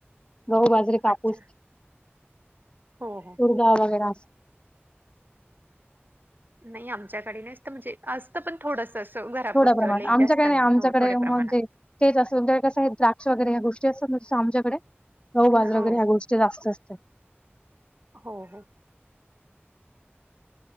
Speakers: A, on the left (about 25°); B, on the right (about 50°).
A: गहू, बाजरे, कापूस.
B: अच्छा हो हो
A: गुरगा वगैरे अस
B: नाही आमच्याकडे <unintelligible> पण थोडस असं घरापुरतं
A: थोड्या प्रमाणात.
B: लई
A: आमच्याकडे
B: जास्त नाही.
A: आमच्याकडे
B: हो थोड्या
A: म्हणजे
B: प्रमाणात.
A: तेच असल कसं आहे द्राक्ष वगैरे ह्या गोष्टी असत आमच्याकडे गहऊ बाज
B: हो
A: वगैरे ह्या गोष्टी जास्त असत.
B: हो हो.